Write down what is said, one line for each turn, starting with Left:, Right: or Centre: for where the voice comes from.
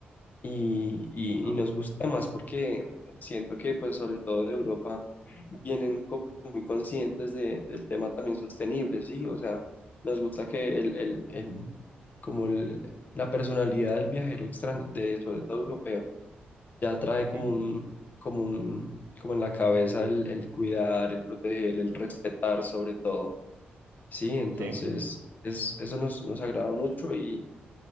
Left: y, y-
Right: ¿No?
Left: y nos gusta más porque siento que, pues, sobre todo de Europa, vienen como muy conscientes de- del tema también sostenible, ¿sí? O sea, nos gusta que el, el- el- como el- la personalidad del viajero extran- de, sobre todo europeo, ya trae
Right: Ujú.
Left: como un, como un, como en la cabeza el, el cuidar, el proteger, el respetar sobre todo, ¿sí? Entonces,
Right: Sí,
Left: es, eso nos, nos agrada mucho y,